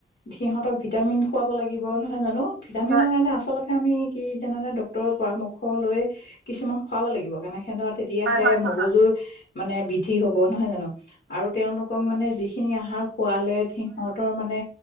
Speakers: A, on the left (about 65°); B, on the right (about 85°).
A: সিহঁতক ভিটামিন খোৱাব লাগিব নহয় জানো ভিটামিনৰ
B: হয় হয়
A: কাৰণে আচলতে আমি কি জানানে ডক্তৰৰ পৰামৰ্শ লৈ কিছুমান খুৱাব লাগিব কাৰণে সেত তেতিয়াহে
B: হয় হয় হয় হয় হয়
A: মগজুৰ
B: হয়
A: মানে বৃদ্ধি হ'ব নহয় জানো আৰু তেওঁলোকক মানে যিখিনি আহাৰ খোৱালে সিহঁতৰ মানে